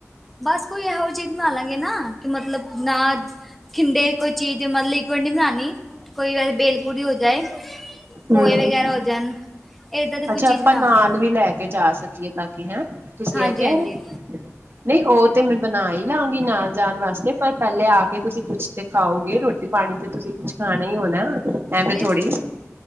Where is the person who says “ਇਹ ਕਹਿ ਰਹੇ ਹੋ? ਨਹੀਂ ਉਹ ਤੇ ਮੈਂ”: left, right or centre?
Right